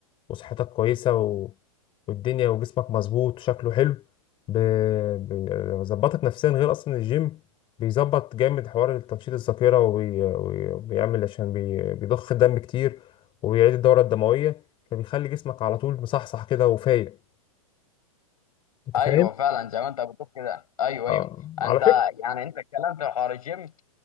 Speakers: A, on the left; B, on the left.
A: وصحتك كويسه و... والدنيا وجسمك مظبوط وشكله حلو ب- ب- بيظبطك نفسيا غير اصلا الجيم بيظبط جامد حوار تنشيط الذاكره وبي... وبي- وبيعمل عشان بي... بيضخ الدم كتير وبيعيد الدوره الدمويه فبيخلي جسمك على طول مصحصح كده وفايق انت
B: ايوه
A: فاهم
B: فعلا زي ما انت بتقول كده ايوه
A: اه
B: ايوه
A: على
B: انت
A: فكره
B: يعني انت اتكلمت في حوار الجيم